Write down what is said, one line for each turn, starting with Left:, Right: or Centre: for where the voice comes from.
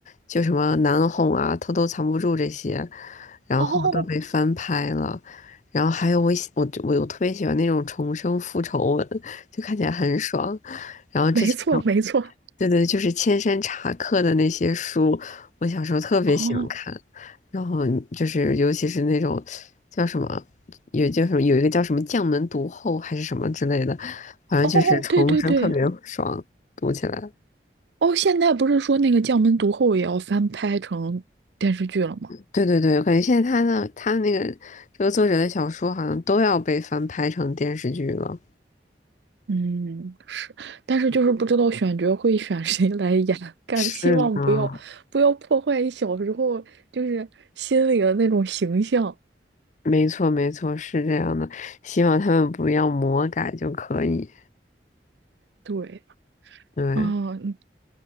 Left: 就什么《难哄》啊，《偷偷藏不住》这些，然后都被翻拍了。
Right: 哦
Left: 然后还有我喜我我我特别喜欢那种重生复仇文，就看起来很爽。
Right: <laughs>
Left: 然后之前有
Right: 没错，没错。
Left: 对对，就是千山茶客的那些书，我小时候特别喜欢看。
Right: 哦
Left: 然后就是尤其是那种叫什么，有叫什么，有一个叫什么将门毒后还是什么之类的，反正就是重生特别爽，
Right: 哦，对对对，
Left: 读起来。
Right: 哦，现在不是说那个《将门毒后》也要翻拍成电视剧了吗？
Left: 对对对，我感觉现在他的他的那个这个作者的小说好像都要被翻拍成电视剧了。
Right: 嗯，是，但是就是不知道选角会选谁来演，感希望不要不要破坏小时候就是心里的那种形象。
Left: 是呢，没错没错，是这样的。希望他们不要魔改就可以。
Right: 对，
Left: 对，
Right: 啊，嗯